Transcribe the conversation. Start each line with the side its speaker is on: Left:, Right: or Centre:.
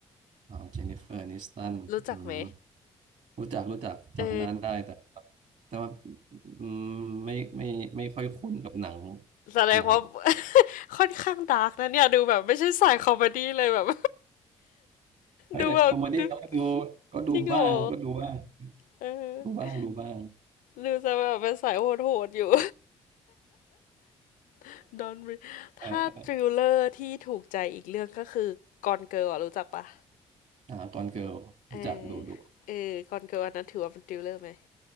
Right: อ่าเจนนิเฟอร์แอนิสตันอืม
Left: รู้จักไหม
Right: รู้จักรู้จักจำนานได้แต่
Left: เออ
Right: แต่ว่าอืมไม่ไม่ไม่ค่อยคุ้นกับหนัง
Left: แสดงว่า
Right: หนัง
Left: <laughs> ค่อนข้างดาร์กนะเนี่ยดูแบบไม่ใช่สายคอมเมดี้เลยแบบ
Right: เฮ้ยแต่คอมเมดี้เราก็ดู
Left: ดูแบบดู
Right: ก็ดูบ้างก็ดูบ้าง
Left: จริงเหรอเออ
Right: ดูบ้างดูบ้าง
Left: ดูจะแบบเป็นสายโหดๆอยู่ <laughs> ดอนบรีถ้าทริลเลอร์ที่ถูกใจอีกเรื่องก็คือกอนเกิร์ลรู้จักปะ
Right: <laughs> เอ่ออ่าตอนเกิร์ลรู้จักดูดู
Left: เออเออกอนเกิร์ลอันนั้นถือว่าเป็นทริลเลอร์ไหม